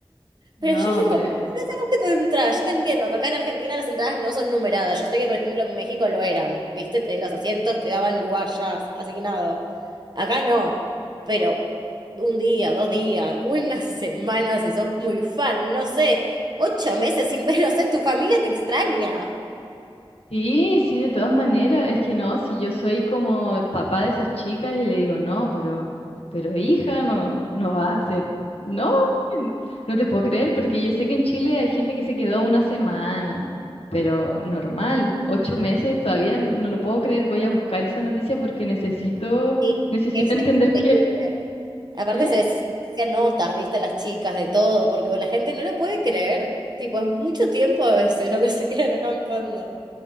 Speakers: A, on the right; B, on the left.
A: Pero
B: No,
A: yo digo,
B: pero
A: ¿qué hacemos tipo de entradas? Yo te entiendo que acá en Argentina las entradas no son numeradas. Yo sé que, por ejemplo, en México lo eran. ¿Viste? Te- los asientos te daban lugar ya asignado. Acá no. Pero un día, dos días, una <laughs> semana, si sos muy fan, no sé, ocho meses sin ver, no sé, tu familia te extraña.
B: Sí, sí, de todas maneras, es que no, si yo soy como el papá de esas chicas y le digo, no, pero, pero hija, no, no va a hacer, no, en- no te puedo creer, porque yo sé que en Chile hay gente que se quedó una semana, pero normal, ocho meses, todavía n- no, lo puedo creer, voy a buscar esa noticia porque necesito,
A: Sí,
B: necesito
A: es, es
B: entender
A: increíble.
B: qué,
A: Aparte
B: ¿eh?
A: se les hacían notas, viste, a las chicas de todo, porque la gente no lo puede creer. Tipo, es mucho tiempo a veces lo que se quedan acampando.